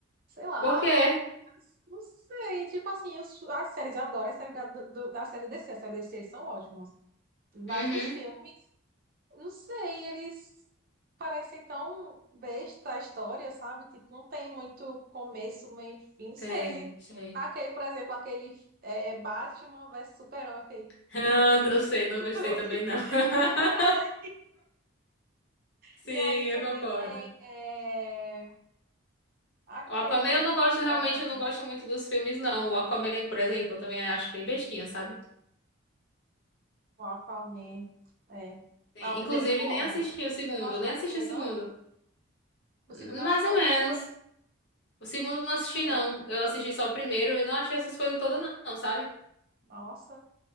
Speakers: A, on the right; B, on the left.
A: Sei lá,
B: Por quê?
A: não sei. Tipo assim, os- as séries, eu adoro as séries da, do, do- da série DC. As séries DC eles são ótimas. Mas
B: Uhum.
A: os filmes. Não sei, eles parecem tão besta a história, sabe? Tipo, não tem muito começo, meio e fim. Não sei,
B: Sei,
A: eles...
B: sei.
A: Aquele, por exemplo, aquele é, Batman versus Superman, eu fiquei,
B: <laughs> Ah, não sei, não
A: <laughs>
B: gostei
A: "Ô,
B: também
A: que, que
B: não. <laughs>
A: danada.
B: Sim,
A: E aí também
B: eu concordo.
A: tem é, aquele
B: O Aquaman eu não
A: que
B: gosto, realmente
A: são
B: eu não gosto muito dos filmes não. O Aquaman, por exemplo, eu também acho bem bestinha, sabe?
A: o Aquaman. É. Ah,
B: Sim,
A: o
B: Inclusive,
A: primeiro foi bom.
B: nem assisti o segundo,
A: Não achou
B: nem
A: o
B: assisti
A: primeiro,
B: o segundo.
A: não? O
B: Mais
A: segundo, acho que
B: ou
A: não.
B: menos.
A: Pois,
B: O segundo eu não assisti,
A: sério.
B: não. Eu assisti só o primeiro e não achei essas coisas todas, não, não, sabe?
A: Nossa,